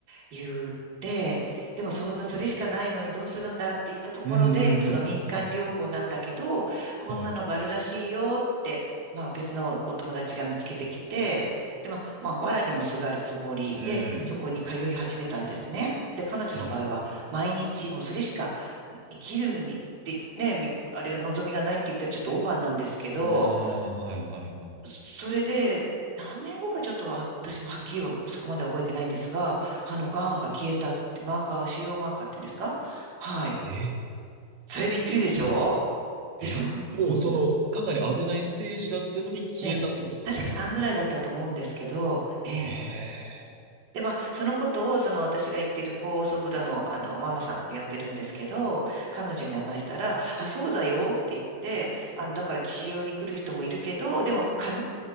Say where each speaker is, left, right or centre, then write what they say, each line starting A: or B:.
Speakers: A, on the right; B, on the right.
A: 言って、でもそんなそれしかないのにどうするんだって言ったところで、
B: うん、うん、う
A: その民間療法なんだけど、
B: ん、
A: こんなのがあるらしいよって、
B: うん。うんはい。
A: まあ別のお友達が見つけてきて、で、まあ、まあ、藁にもすがるつもりで、
B: うん。
A: そこに通い始めたんですね。で、彼女の場合は、
B: はい。
A: 毎日もうそれしか生きるに、ってね、みあれが望みがないって言ったらちょっとオーバーなんですけど、
B: ああ、はい、はい、はい。
A: それで、何年後かちょっとは私もはっきりはそこまで覚えてないんですが、あの、癌が消えたって、マーカー、腫瘍マーカーって言うんですかはい。
B: え
A: それびっくりでしょで、
B: えもうそのかなり危ないステージだったのに消えたってことですか
A: そう、うん。ね、確か3ぐらいだったと思うんですけど、ええ。
B: ええ
A: で、まあ、そのことを、その私が言ってる高祖父母の、あの、ママさんって呼んでるんですけど、彼女に話したら、あ、そうだよって言って、あの、だから、騎士用に来る人もいるけど、でも、必